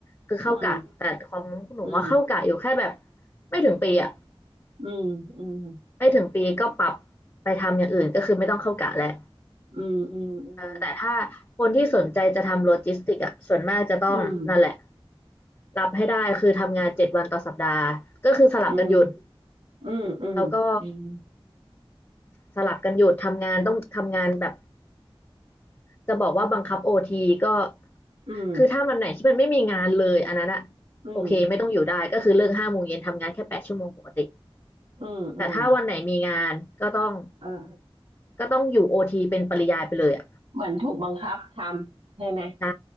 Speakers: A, on the left; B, on the right.
A: คือเข้ากะแต่ของหนูว่าเข้ากะอยู่แค่แบบ
B: อืมอื
A: ไม่ถึงปีอะ
B: มอืม
A: ไม่ถึงปีก็ปรับไปทำอย่างอื่นก็คือไม่ต้องเข้ากะแล้ว
B: อืมอ
A: แต่ถ้าคนที่สนใจจะทำโลจิสติกอ่ะส่วนมากจะต้องนั่นแหละ
B: ืมอืม
A: รับให้ได้คือทำงานเจ็ดวันต่อสัปดาห์ก็คือสลับกันหยุด
B: อืมอืม
A: แล้วก็
B: อืม
A: สลับกันหยุดทำงานต้องทำงานแบบจะบอกว่าบังคับโอทีก็
B: อืม
A: คือถ้ามันไหนที่มันไม่มีงานเลยอันนั้นอะ
B: อืมอืม
A: โอเคไม่ต้องอยู่ได้ก็คือเลิกห้าโมงเย็นทำงานแค่แปดชั่วโมงปกติ
B: อืมอืมอืมอืม
A: แต่ถ้าวันไหนมีงานก็ต้อง
B: เออ
A: ก็ต้องอยู่โอทีเป็นปริยายไปเลยอ่ะ
B: เหมือนถูกบังคับทำใช่ไหม
A: ใช่